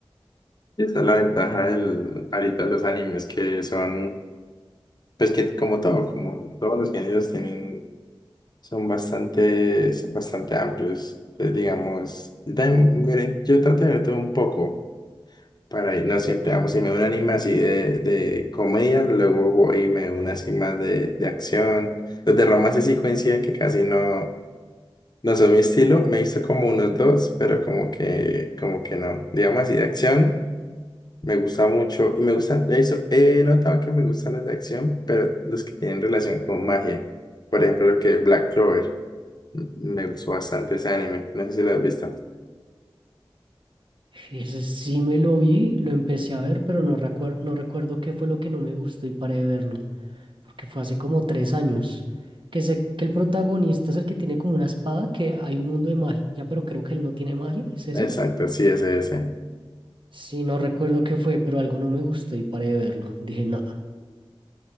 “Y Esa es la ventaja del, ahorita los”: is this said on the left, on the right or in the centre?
Left